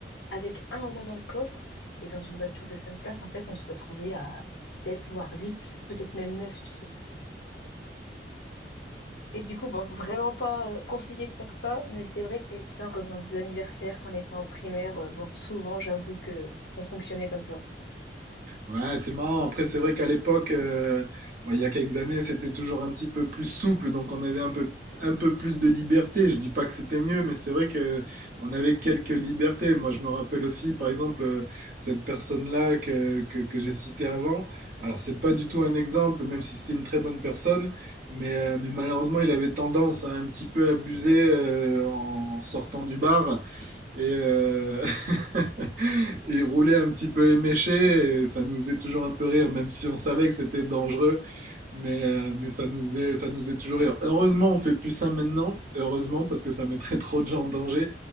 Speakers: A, on the left; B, on the right.
A: avec un au moins dans le coffre. Et dans une voiture de cinq places, en fait, on se retrouvait à 7, voire 8, peut-être même 9, tu sais. Et du coup, bon, vraiment pas euh, conseillé de faire ça, mais c'est vrai que, tu sais, en revenant des anniversaires, quand on était en primaire, euh, bon, souvent, j'avoue que on fonctionnait comme ça.
B: Ouais, c'est marrant. Après, c'est vrai qu'à l'époque, euh, ouais, il y a quelques années, c'était toujours un petit peu plus souple, donc on avait un peu, un peu plus de liberté. Je dis pas que c'était mieux, mais c'est vrai que on avait quelques libertés. Moi, je me rappelle aussi, par exemple, euh, cette personne-là que, que, que j'ai citée avant. Alors, c'est pas du tout un exemple, même si c'était une très bonne personne, mais, euh, mais malheureusement, il avait tendance à un petit peu abuser euh, en sortant du bar et, euh, <laughs> il roulait un petit peu éméché et ça nous faisait toujours un peu rire, même si on savait que c'était dangereux, mais, euh, mais ça nous faisait, ça nous faisait toujours rire. Heureusement, on fait plus ça maintenant, heureusement, parce que ça mettrait <laughs> trop de gens en danger,